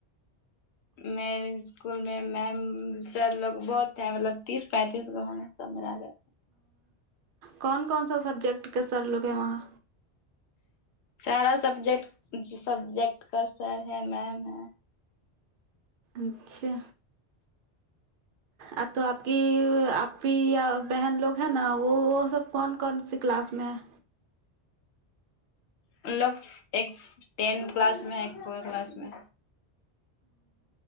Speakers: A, on the left; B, on the right.
A: میںیز اسکول میں میم سر لوگ بہت ہے مطلب تیس پینتیس لوگ ہونگے سب ملا کے
B: کون کون سا سبجیکٹ کے سر لوگ ہیں وہاں
A: سارا سبجیکٹ سبجیکٹ کا سر ہے میم ہے
B: اچھا ا تو آپ کی آپ کی یا بہن لوگ ہیں نا وہ وہ سب کون کون سی کلاس میں ہیں
A: ان لوگ ایک ٹین کلاس میں ایک فور کلاس میں